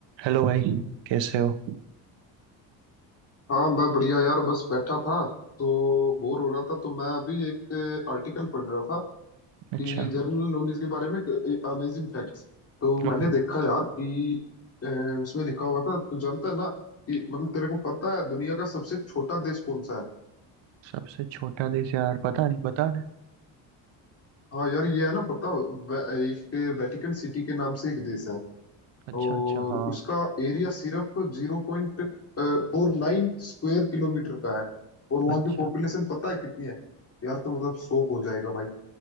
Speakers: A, on the right; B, on the left.
A: Hello भाई कैसे हो
B: हाँ मैं बढ़िया यार बस बैठा था तो बोर हो रहा था तो मैं अभी एक आर्टिकल पढ़ रहा था
A: अच्छा
B: कि जनरल नॉलेज के बारे में अमेजिंग फैक्ट्स तो
A: वो
B: मैंने देखा यार कि अ, उसमें लिखा हुआ था तू जानता है ना कि मतलब तेरे को पता है दुनिया का सबसे छोटा देश कौन सा है
A: सबसे छोटा देश यार पता नहीं बता दे
B: हाँ यार ये है ना पता वे- एक वेटिकन सिटी के नाम से एक देश है
A: अच्छा
B: और
A: अच्छा हाँ
B: उसका एरिया सिर्फ zero point four nine square kilometre का है और वहाँ
A: अच्छा
B: की पॉपुलेशन पता है कितनी है यार तो मतलब शौक हो जाएगा भाई